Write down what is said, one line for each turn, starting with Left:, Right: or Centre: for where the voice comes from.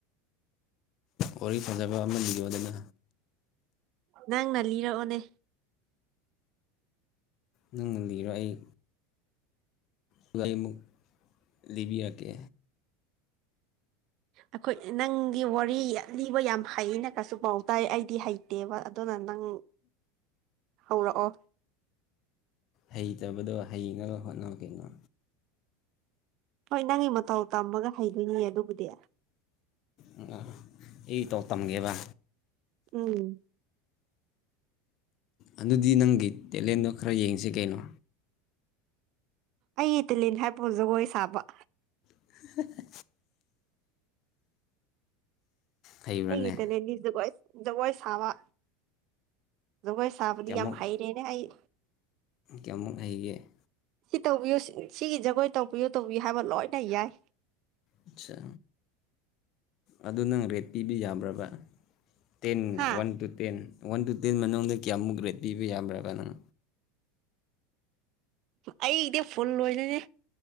Left: ꯋꯥꯔꯤ ꯐꯖꯕ ꯑꯃ ꯂꯤꯌꯣꯗꯅ
Right: ꯅꯪꯅ ꯂꯤꯔꯛꯑꯣꯅꯦ
Left: ꯅꯪꯅ ꯂꯤꯔꯣ ꯑꯩ ꯗꯨꯒ ꯑꯩꯃꯨꯛ ꯂꯤꯕꯤꯔꯛꯀꯦ
Right: ꯑꯩꯈꯣꯏ ꯅꯪꯗꯤ ꯋꯥꯔꯤ ꯌꯥꯝ ꯂꯤꯕ ꯍꯩꯌꯦꯅ ꯀꯁꯨ ꯄꯥꯎ ꯇꯥꯏ ꯑꯩꯗꯤ ꯍꯩ ꯇꯦꯕ ꯑꯗꯨꯅ ꯅꯪ ꯍꯧꯔꯛꯑꯣ
Left: ꯍꯩꯇꯕꯗꯣ ꯍꯩꯅꯕ ꯍꯣꯠꯅꯧ ꯀꯩꯅꯣ
Right: ꯍꯣꯏ ꯅꯪꯒꯤ ꯃꯇꯧ ꯇꯝꯃꯒ ꯍꯩꯗꯣꯏꯅꯤ ꯑꯗꯨꯕꯨꯗꯤ
Left: <unintelligible> ꯑꯩ ꯏꯇꯧ ꯇꯝꯒꯦꯕ
Right: ꯎꯝ
Left: ꯑꯗꯨꯗꯤ ꯅꯪꯒꯤ ꯇꯦꯂꯦꯟꯗꯣ ꯈꯔ ꯌꯦꯡꯁꯤ ꯀꯩꯅꯣ
Right: ꯑꯩꯒꯤ ꯇꯤꯂꯦꯟ ꯍꯥꯏꯄꯨ ꯖꯒꯣꯏ ꯁꯥꯕ
Left: <unintelligible> ꯍꯩꯕ꯭ꯔꯥꯅꯦ
Right: ꯑꯩꯒꯤ ꯇꯦꯂꯦꯟꯗꯤ ꯖꯒꯣꯏ ꯖꯒꯣꯏ ꯁꯥꯕ ꯖꯒꯣꯏ ꯁꯥꯕꯗꯤ
Left: ꯀꯌꯥꯃꯨꯛ
Right: ꯌꯥꯝ ꯍꯥꯏꯔꯦꯅꯦ ꯑꯩ
Left: ꯀꯌꯥꯃꯨꯛ ꯍꯩꯒꯦ
Right: ꯁꯤ ꯇꯧꯕꯤꯌꯨ ꯁꯤꯒꯤ ꯖꯒꯣꯏ ꯇꯧꯕꯤꯌꯨ ꯇꯧꯕꯤꯌꯨ ꯍꯥꯏꯕ ꯂꯣꯏꯅ ꯌꯥꯏ
Left: ꯑꯠꯆꯥ ꯑꯗꯨ ꯅꯪ ꯔꯦꯠ ꯄꯤꯕ ꯌꯥꯕ꯭ꯔꯕ ꯇꯦꯟ
Right: ꯍꯥ
Left: one two ten one two ten ꯃꯅꯨꯡꯗ ꯀꯌꯥꯃꯨꯛ ꯔꯦꯠ ꯄꯤꯕ ꯌꯥꯕ꯭ꯔꯥꯕ ꯅꯪ
Right: ꯑꯩꯒꯤꯗꯤ ꯐꯨꯜ ꯂꯣꯏꯗꯣꯏꯅꯦ